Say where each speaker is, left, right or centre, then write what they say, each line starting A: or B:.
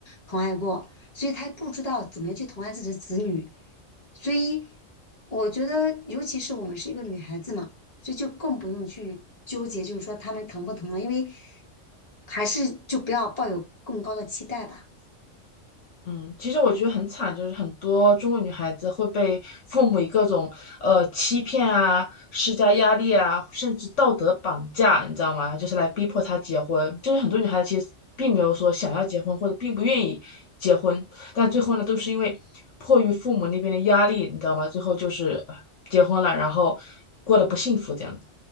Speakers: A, on the left; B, on the left.
A: 疼爱过，所以他不知道怎么样去疼爱自己的子女。所以我觉得，尤其是我们是一个女孩子嘛。所以就更不用去纠结，就是说他们疼不疼了，因为还是就不要抱有更高的期待吧。
B: 嗯，其实我觉得很惨，就是很多中国女孩子会被父母以各种呃欺骗啊、施加压力啊，甚至道德绑架，你知道吗？就是来逼迫她结婚。就是很多女孩子其实并没有说想要结婚，或者并不愿意结婚，但最后呢，都是因为迫于父母那边的压力，你知道吗？最后就是呃结婚了，然后过得不幸福这样子。